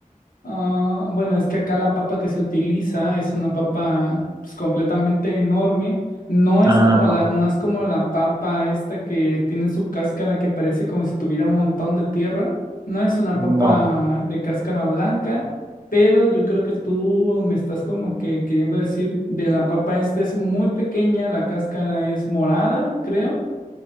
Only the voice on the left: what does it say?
Ah, bueno, es que acá la papa que se utiliza es una papa pues, completamente enorme. No es
como
la, no es como la papa esta que tiene su cáscara que parece como si tuviera un montón de tierra. No es una
papa de cáscara blanca, pero yo creo que tú me estás como que queriendo decir de la papa esta es muy pequeña, la cáscara es morada, creo,